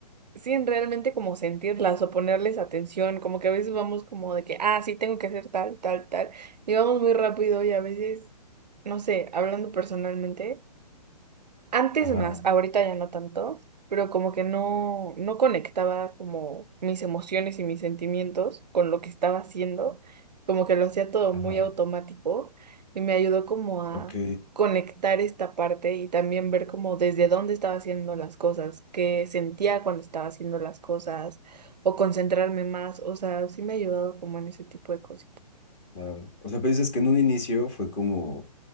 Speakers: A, on the right; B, on the left.
A: sin realmente como sentirlas o ponerles atención, como que a veces vamos como de que, ah, sí, tengo que hacer tal, tal, tal, y vamos muy rápido y a veces, no sé, hablando personalmente. Antes
B: Ajá,
A: más, ahorita ya no tanto, pero como que no, no conectaba como mis emociones y mis sentimientos con lo que estaba haciendo, como que lo hacía todo
B: ajá.
A: muy automático y me ayudó como a
B: Ok,
A: conectar esta parte y también ver como desde dónde estaba haciendo las cosas, qué sentía cuando estaba haciendo las cosas o concentrarme más, o sea, sí me ha ayudado como en ese tipo de cositas.
B: claro. O sea, pero dices que en un inicio fue como